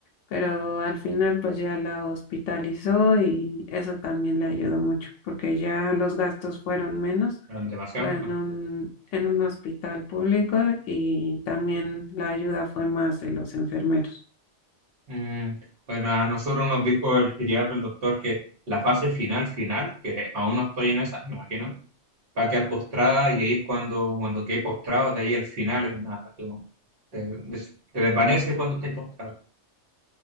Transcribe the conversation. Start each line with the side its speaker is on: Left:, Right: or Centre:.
Left: pero al final pues ya la hospitalizó y eso también le ayudó mucho porque ya los gastos fueron menos,
Right: Demasiado.
Left: fue en
Right: ¿no?
Left: un, en un hospital público y también la ayuda fue más de los enfermeros.
Right: Mm. Bueno, a nosotros nos dijo el geriatra, el doctor, que la fase final, final, que aún no estoy en esa, me imagino va a quedar postrada y ahí es cuando, cuando quede postrado, de ahí al final es nada, como te, des- te desvanece cuando estés postrado.